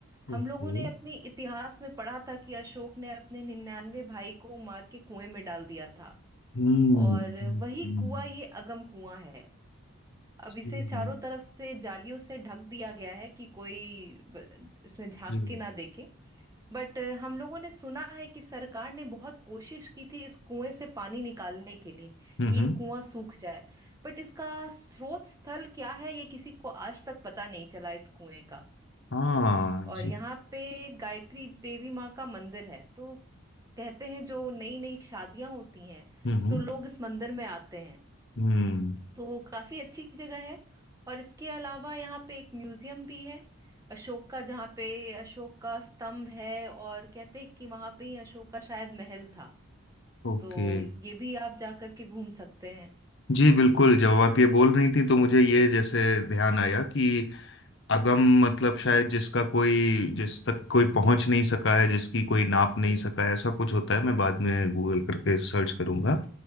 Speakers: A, on the right (about 15°); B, on the left (about 55°).
A: हम
B: ओके
A: लोगों ने अपने इतिहास में पढ़ा था कि अशोक ने अपने निन्यानवे भाई को मार के कुएं में डाल दिया था
B: हम्म
A: और
B: हम्म,
A: वही
B: हम्म,
A: कुआं ये अगम कुआं है अब
B: जी
A: इसे चारों तरफ से जालियों से ढक दिया गया है कि कोई ब- इसमें झांक
B: जी
A: के ना देखे बट अ, हम लोगों ने सुना है कि सरकार ने बहुत कोशिश की थी इस कुएं से पानी निकालने के लिए
B: हम्म
A: कि
B: हम्म,
A: ये कुआं सूख जाए बट इसका स्रोत स्थल क्या है ये किसी को आज तक पता नहीं चला इस कुएं
B: हाँ जी
A: और यहाँ पे गायत्री देवी माँ का मंदिर है तो कहते हैं जो नई नई शादियां होती हैं
B: हम्म हम्म
A: तो लोग इस मंदिर में आते हैं
B: हम्म,
A: तो काफी अच्छी जगह है और इसके अलावा यहाँ पे एक म्यूजियम भी है अशोक का जहाँ पे अशोक का स्तंभ है और कहते हैं कि वहां पे ही अशोक का शायद महल था
B: ओके
A: तो ये भी आप जा करके घूम सकते हैं
B: जी बिल्कुल जब आप ये बोल रही थी तो मुझे ये जैसे ध्यान आया कि अगम मतलब शायद जिसका कोई जिस तक कोई पहुंच नहीं सका है जिसकी कोई नाप
A: जी
B: नहीं सका है ऐसा कुछ होता है मैं बाद में गूगल करके सर्च करूंगा